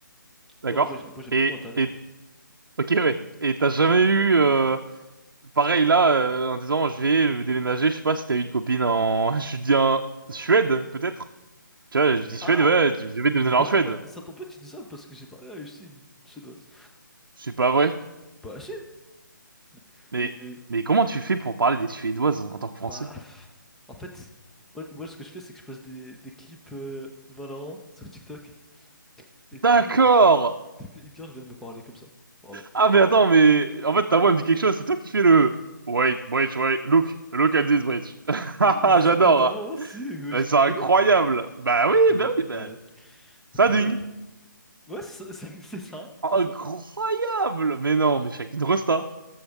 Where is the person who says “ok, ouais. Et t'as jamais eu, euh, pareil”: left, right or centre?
Right